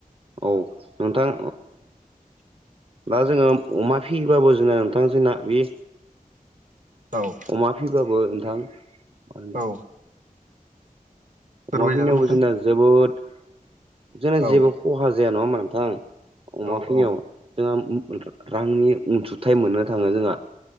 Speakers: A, on the right (about 40°); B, on the right (about 60°).
A: औ नोंथां दा जोंङो अमा फियोबाबो जोंना नोंथां जोंना बे
B: औ
A: अमा फिबाबो नोंथां मा
B: औ फोरमायजागोन
A: अमा फिनायावबो
B: नोंथां
A: जोंना जोबोद जोंना
B: औ
A: जेबो खहा जाया नङा होमबा नोंथां अमा
B: औ
A: फिनायाव
B: औ
A: जोंहा रांनि अनसुंथाइ मोननो थाङो जोंहा